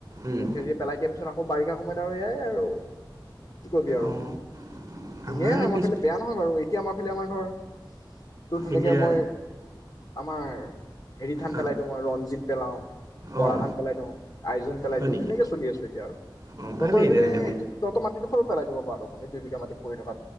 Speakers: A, on the right; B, on the left.
A: উম
B: কঠীয়াটো পেলাই দিম, কঠীয়া দি পেলাই দিয়া পিছত আকৌ বাৰিষা সময়ত আৰু এয়াই আৰু কি কৰিবি আৰু
A: অঁ
B: ধুনাই
A: আমাৰ
B: হয় মই
A: পিছ
B: পালে বেয়া নহয় বাৰু কে আমাৰ ফে আমাৰ ধৰ তোৰ ধুনীয়াকে
A: এতিয়া
B: মই আমাৰ হেৰি ধান
A: অঁ
B: পেলাই দিওঁ মই ৰঞ্জিত পেলাও বৰা
A: অঁ
B: ধান পেলাই দিওঁ আইো পেলাই
A: হয়
B: দিওঁ
A: নেকি
B: ধুনেকে চলি আছো এতিয়া আৰু
A: অঁ
B: তহঁতৰ
A: ভালেই
B: পিনে
A: তেনে দেখোন
B: সেইটো তহঁতৰ মাটিতো সৰু পেলাই দিব পাৰো শুনি দুই বিঘা মাটি পৰি থকা